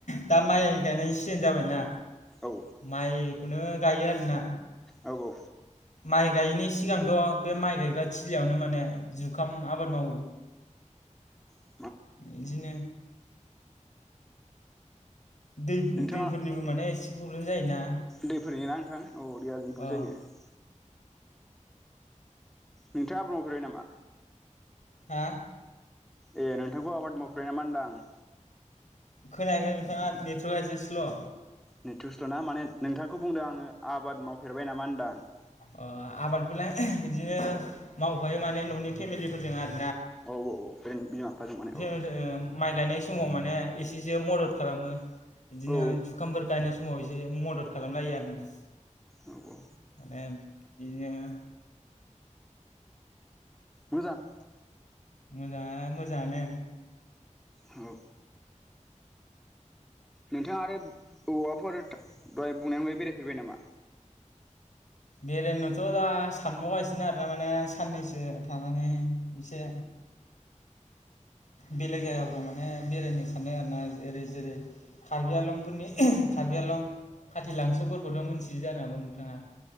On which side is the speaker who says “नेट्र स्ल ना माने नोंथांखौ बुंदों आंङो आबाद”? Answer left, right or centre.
Centre